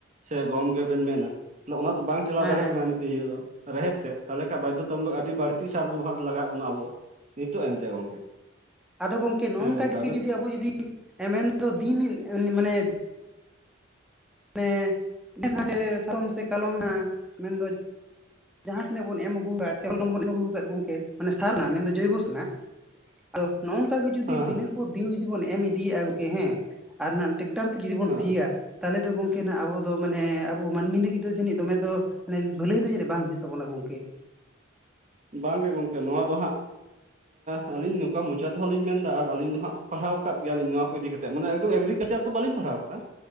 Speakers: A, on the right; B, in the centre.
A: ᱥᱮ ᱜᱚᱢ, ᱜᱮᱵᱮᱱ ᱢᱮᱱᱟ, ᱛᱟᱦᱞᱮ ᱚᱱᱟ ᱛᱚ ᱵᱟᱝ ᱪᱟᱞᱟᱣ
B: ᱦᱮᱸ
A: ᱫᱟᱲᱮᱭᱟᱜ
B: ᱦᱮᱸ
A: ᱠᱟᱱᱟ᱾ ᱤᱭᱟᱹ ᱫᱚ ᱨᱮᱦᱮᱫ ᱛᱮᱫ ᱛᱟᱦᱚᱞᱮ ᱠᱷᱟᱱ ᱵᱟᱫᱽᱫᱷᱚᱛᱟᱢᱩᱞᱚᱠ ᱟᱹᱰᱤ ᱵᱟᱹᱲᱛᱤ ᱥᱟᱨ ᱵᱮᱵᱚᱦᱟᱨ ᱞᱟᱜᱟᱣᱮᱫ ᱵᱚᱱᱟ ᱟᱵᱚ᱾ ᱱᱤᱛᱚᱜ ᱮᱱᱛᱮ ᱜᱚᱝᱠᱮ᱾
B: ᱟᱫᱚ ᱜᱚᱝᱠᱮ ᱱᱚᱜᱼᱚ
A: ᱦᱮᱸ
B: ᱱᱚᱝᱠᱟᱜ
A: ᱜᱚᱝᱠᱮ
B: ᱜᱮ
A: ᱟᱵᱮᱱ
B: ᱡᱚᱫᱤ ᱟᱵᱚ ᱡᱚᱫᱤ ᱢᱮᱱ ᱫᱚ ᱫᱤᱱ ᱢᱟᱱᱮᱼᱼ ᱢᱟᱱᱮ ᱱᱮᱥ ᱥᱮ ᱥᱟᱞᱚᱢ ᱥᱮ ᱠᱟᱞᱚᱢ ᱱᱟᱼᱦ ᱢᱮᱱᱫᱚ, ᱡᱟᱦᱟᱸ ᱛᱤᱱᱟᱹᱜ ᱵᱚᱱ ᱮᱢ ᱟᱹᱜᱩ ᱟᱠᱟ‌ᱫ ᱜᱚᱢᱠᱮ ᱵᱚᱱ ᱮᱢ ᱟᱹᱜᱩ ᱟᱠᱟᱫ ᱜᱚᱝᱠᱮ ᱢᱟᱱᱮ ᱥᱟᱨᱱᱟ ᱢᱮᱱ ᱫᱚ ᱡᱚᱭᱵᱚ ᱥᱟᱨᱱᱟ ᱟᱫᱚ ᱱᱚᱜ ᱱᱚᱝᱠᱟ ᱜᱮ ᱡᱚᱫᱤ
A: ᱦᱮᱸ ᱦᱮᱸ
B: ᱫᱤᱱᱮᱨ ᱯᱚᱨ ᱫᱤᱱ ᱡᱚᱫᱤ ᱵᱚᱱ ᱮᱢ ᱤᱫᱤᱭᱟᱫᱼᱟ ᱜᱚᱝᱠᱮ ᱦᱮᱸ, ᱟᱨ ᱱᱟᱜ ᱢᱤᱫᱴᱮᱼᱼ ᱴᱨᱟᱠᱴᱚᱨ ᱛᱮ ᱡᱚᱫᱤ ᱵᱚᱱ
A: ᱦᱮᱸ
B: ᱥᱤᱭᱟ, ᱛᱟᱦᱚᱞᱮ ᱫᱚᱼᱼ ᱱᱟᱜ ᱟᱵᱚ ᱫᱚ ᱢᱟᱱᱮ ᱟᱵᱚ ᱢᱟᱹᱱᱢᱤ ᱞᱟᱹᱜᱤᱫ ᱫᱚ ᱡᱟᱹᱱᱤᱡ ᱫᱚᱢᱮ ᱫᱚ ᱢᱟᱱᱮ ᱵᱷᱟᱹᱞᱟᱹᱭ ᱫᱚ ᱡᱟᱹᱱᱤᱡ ᱵᱟᱝ ᱦᱩᱭᱩᱜ ᱛᱟᱵᱚᱱᱟ ᱜᱚᱝᱠᱮ᱾
A: ᱵᱟᱝ-ᱜᱮ, ᱜᱚᱝᱠᱮ ᱱᱚᱣᱟ ᱫᱚ ᱦᱟᱸᱜᱼᱼ ᱟᱹᱞᱤᱧ ᱱᱚᱝᱠᱟ ᱢᱚᱪᱟ ᱛᱮᱦᱚᱸ ᱞᱤᱧ ᱢᱮᱱ ᱮᱫᱟ ᱟᱨ ᱟᱹᱞᱤᱧ ᱫᱚ ᱦᱟᱸᱜ ᱯᱟᱲᱦᱟᱣ ᱟᱠᱟᱫ ᱜᱮᱭᱟᱞᱤᱧ ᱱᱚᱣᱟ᱾ ᱠᱚ ᱤᱫᱤ ᱠᱟᱛᱮᱜ ᱢᱟᱱᱮ ᱮᱠᱫᱚᱢ ᱮᱜᱨᱤᱠᱟᱞᱪᱟᱨ ᱫᱚ ᱵᱟᱹᱞᱤᱧ ᱯᱟᱲᱦᱟᱣ ᱠᱟᱫᱟ᱾